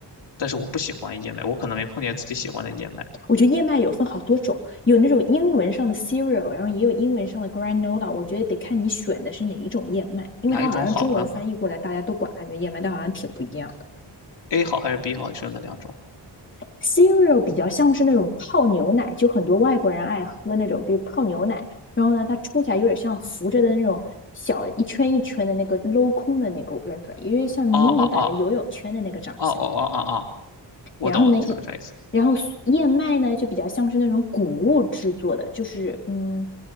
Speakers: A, on the left (about 75°); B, on the left (about 25°).
A: 但是我不喜欢燕麦，我可能没碰见自己喜欢的燕麦，
B: 我觉得燕麦有分好多种，有那种英文上的 cereal，然后也有英文上的 granola。我觉得得看你选的是哪一种燕麦，因为它好像中文翻译过来，
A: 哪一种好呢？
B: 大家都管它叫燕麦，但好像挺不一样的。
A: A 好还是 B 好？你说哪两种？
B: cereal 比较像是那种泡牛奶，就很多外国人爱喝那种，比如泡牛奶。然后呢，它冲起来有点像浮着的那种小一圈一圈的那个镂空的那个，我不知道你知道因为像迷你版的游泳圈的那个长相。
A: 哦哦哦哦哦哦哦哦，我懂你说的啥意思。
B: 然后呢，一然后苏燕麦呢就比较像是那种谷物制作的，就是嗯，